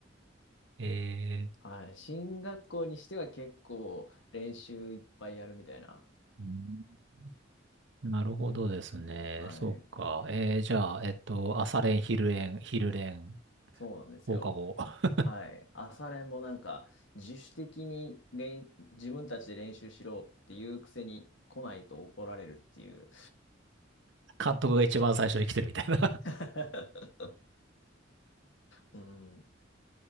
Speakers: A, on the right; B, on the left.
A: ええ。
B: はい。進学校にしては結構練習いっぱいやるみたいな、
A: うんなるほどですね。
B: はい。
A: そうか。えー、じゃあ、えっと、朝練、昼練、昼練、
B: そうなんですよ。
A: 放課後。<laughs>
B: はい。朝練もなんか、自主的に練、自分たちで練習しろっていうくせに来ないと怒られるっていう。
A: 監督が一番最初に来てるみたいな
B: <laughs> うん。